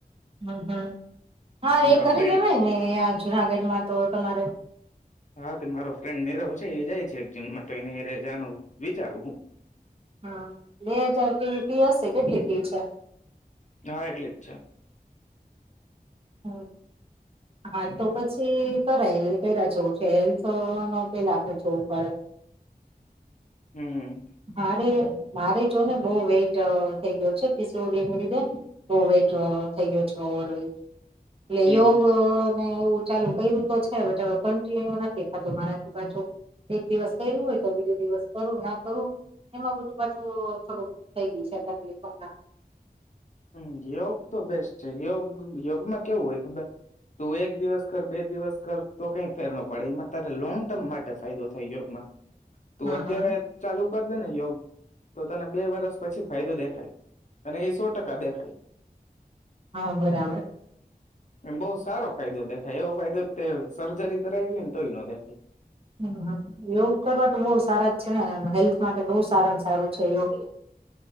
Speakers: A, on the right (about 35°); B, on the left (about 50°).
A: હમ હમ હા
B: મારો
A: એ કરી
B: ફ્રેન્ડ
A: લેવાય ને અયા જુનાગઢમાં તો તમારે
B: હા તે મારો ફ્રેન્ડ નીરવ છે એ જાય છે જીમમાં તો એ જાવાનું વિચારું હું
A: હમ બે હજારની ફી હશે, કેટલી ફી છે?
B: હા એટલી જ છે.
A: હમ હા તો પછી કરાય પેલા જેવું છે હેલ્થ ને પેલા આપણે જોવું પડે
B: હમ
A: હારે મારે જો ને બવ વેઇટ થઈ ગયો છે પીસીઓડીને લીધે બવ વેટ થઈ ગયો છે ઓવરવેટ એટલે
B: હમ
A: યોગ એવું ચાલુ કયરૂ તો છે બોવ કન્ટિન્યુ નથી દેખાતું મારાથી પાછુ એક દિવસ કયરૂ હોય તો બીજો દિવસ કરું ના કરું એમાં બધું પાછું થોડુંક થઈ ગયું છે તકલીફો હમના
B: હમ યોગ તો બેસ્ટ છે યોગ યોગમાં કેવું હોય ખબર તું એક દિવસ કર બે દિવસ કર તો કઈ ફેર ન પડે એમાં તારે લોંગ ટર્મ માટે ફાયદો થાય યોગમાં તું
A: હા
B: અત્યારે
A: હા
B: ચાલુ દે ને યોગ તો તને બે વર્ષ પછી ફાયદો દેખાય અને ટ કકા દેખાય
A: હા બરાબર
B: એ બઉુ સારો ફાયદો દેખાય એવો ફાયદો તે સર્જરી કરાવી હોય ને તોય ન દેખાય
A: હમ યોગ કરવા તો બહુ સારા જ છે ને હેલ્થ માટે બહ સારા સારું છે યોગ